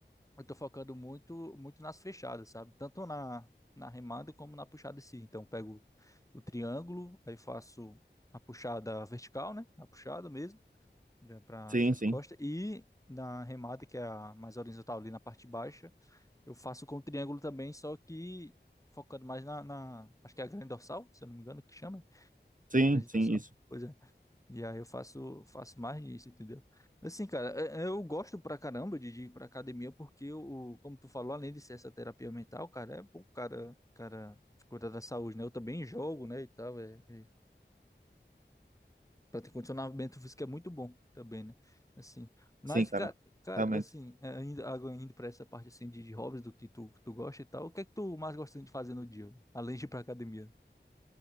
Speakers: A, on the left; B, on the right.
A: eu tô focando muito, muito nas fechadas, sabe? Tanto na, na remada como na puxada em si. Então, eu pego o triângulo, aí faço a puxada vertical, né? A puxada mesmo, para
B: Sim,
A: fechar as
B: sim.
A: costas. E na remada, que é a mais horizontal ali na parte baixa, eu faço com o triângulo também, só que focando mais na, na- acho que é a grande dorsal, se eu não me engano, que chama.
B: Sim,
A: Grande
B: sim,
A: dorsal.
B: isso.
A: Pois é. E aí eu faço, faço mais disso, entendeu? Assim, cara, é- é, eu gosto pra caramba de, de ir pra academia, porque o, como tu falou, além de ser essa terapia mental, cara, é bom, o cara, cara, cuidar da saúde, né? Eu também jogo, né, e tal, é, é, pra ter condicionamento físico é muito bom também, né? Assim, mas,
B: Sim, cara.
A: cara, cara,
B: Realmente.
A: assim, é, ainda, agora indo pra essa parte, assim, de, de hobbies, do que tu, tu gosta e tal, o que é que tu mais gosta de fazer no dia, além de ir pra academia?